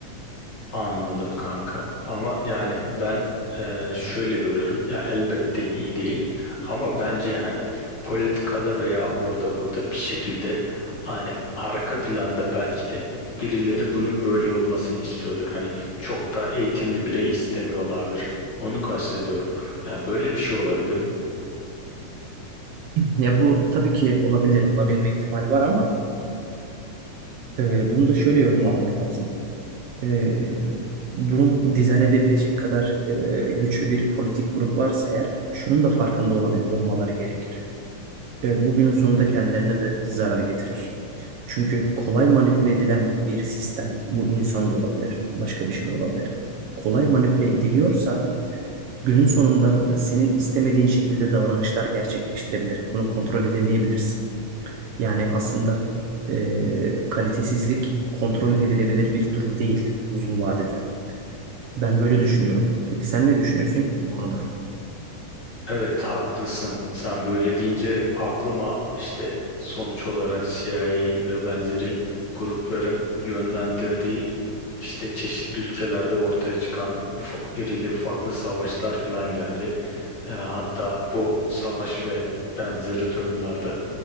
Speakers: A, on the left; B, on the right.
A: Anladım kanka. Ama yani ben e, şöyle görüyorum. Ya elbette iyi değil. Ama bence hani politikada veya orada burada bir şekilde hani arka planda belki de birileri bunu böyle olmasını istiyordur. Hani çok da eğitimli birey istemiyorlardır. Onu kastediyorum. Yani böyle bir şey olabilir mi?
B: Ya bu tabii ki olabilir, olabilme ihtimali var ama e, bunu da şöyle yorumlamak lazım. E, bunu dizayn edebilecek kadar e, güçlü bir politik grup varsa eğer, şunun da farkında olabil olmaları gerekir. E, bugünün sonunda kendilerine de zarar getirir. Çünkü kolay manipüle edilen bir sistem, bu insan da olabilir, başka bir şey de olabilir. Kolay manipüle ediliyorsa, günün sonunda e, senin istemediğin şekilde davranışlar gerçekleştirebilir. Bunu kontrol edemeyebilirsin. Yani aslında e, kalitesizlik kontrol edilebilir bir durum değil uzun vadede. Ben böyle düşünüyorum. Peki sen ne düşünüyorsun bu konuda?
A: Evet haklısın. Sen böyle deyince aklıma işte sonuç olarak CIA ve benzeri grupların yönlendirdiği işte çeşitli ülkelerde ortaya çıkan ufa- irili ufaklı savaşlar filan geldi. Ee, hatta bu savaş ve benzeri durumlarda